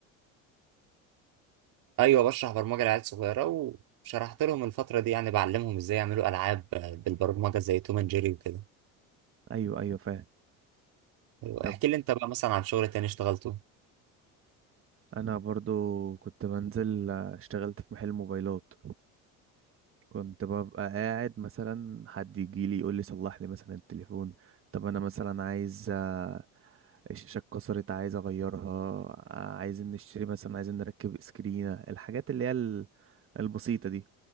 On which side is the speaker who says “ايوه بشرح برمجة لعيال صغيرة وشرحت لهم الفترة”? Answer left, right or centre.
Right